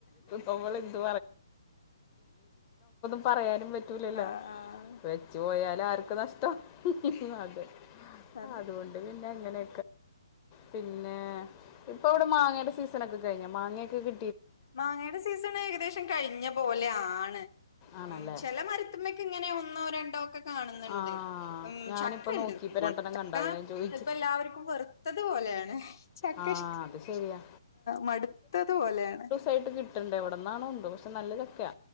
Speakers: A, on the left; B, on the left.
A: നമ്മൾ എന്ത് പറയാനും പറ്റില്ല പറയാനും പറ്റില്ലല്ലോ
B: ആഹ് ആഹ്
A: വെച്ച് പോയോ എല്ലാവർക്കും താ താ അതെ
B: അത്
A: അതുകൊണ്ട് പിന്നെ അങ്ങനെ പിന്നെ ഇപ്പ അവിടെ മാങ്ങയുടെ സീസൺ ഒക്കെ കഴിഞ്ഞ മാങ്ങൊക്കെ കി
B: മാങ്ങയുടെ സീസൺ ഏകദേശം കഴിഞ്ഞ പോലെ ആണ്
A: ആണല്ലേ
B: ഉ ചില മരത്ത്മക്ക് ഇങ്ങനെ ഒന്നോ രണ്ടോ ഒക്കെ കാണുന്നു ണ്ട്
A: ആ
B: ഉം
A: ഞാനിപ്പോൾ
B: ചക്ക ഉണ്ട്
A: നോക്കിയപ്പോൾ രണ്ടെണ്ണം
B: ചക്ക
A: കണ്ടത് ഞാൻ ചോദിച്ചു
B: ഇപ്പ എല്ലാവർക്കും വെറുത്തത് പോലെയാണ് ചക്ക
A: ആ അത് ശരിയാ
B: മടുത്തത് പോലെയാണ്
A: ആയിട്ട് കിട്ടണ്ട് എവിടന്നാണോ എന്തോ പക്ഷെ നല്ലതൊക്കാ